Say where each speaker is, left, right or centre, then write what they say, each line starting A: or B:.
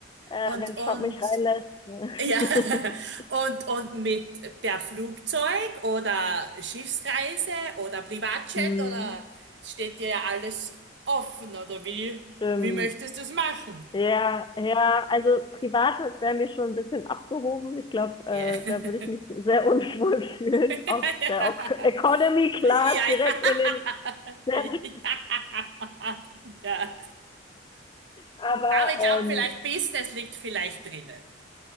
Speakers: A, on the left; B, on the right.
A: äh,
B: Und,
A: wenn
B: und,
A: Trump mich reinlässt. <laughs>
B: ja. <laughs> Und, und mit per Flugzeug oder Schiffsreise oder Privatjet
A: Hm.
B: oder steht dir ja alles offen oder wie,
A: Stimmt.
B: wie möchtest du es machen?
A: Ja, ja, also privat wäre mir schon ein bisschen abgehoben. Ich glaube, äh,
B: Ja. <laughs>
A: da würde ich mich sehr unwohl <laughs> fühlen,
B: <laughs>
A: aus der O- Economy Class
B: Ja,
A: direkt
B: ja. Ja.
A: in den
B: <laughs>
A: <laughs>
B: Ja. Ja.
A: Aber
B: Aber ich glaube,
A: ähm,
B: vielleicht Business liegt vielleicht drinnen.